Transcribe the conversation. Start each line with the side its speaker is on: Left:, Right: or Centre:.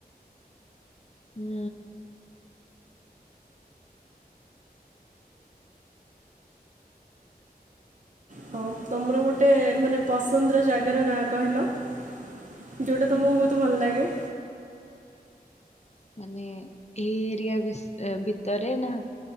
Left: ହୁଁ।
Right: ହଁ ତମର ଗୋଟେ ମାନେ ପସନ୍ଦର ଜାଗାର ନାଁ କହିଲ ଯୋଉଟା ତମକୁ ବହୁତ ଭଲ ଲାଗେ।
Left: ମାନେ ଏଇ ଏରିଆ ଭିତରେ ନା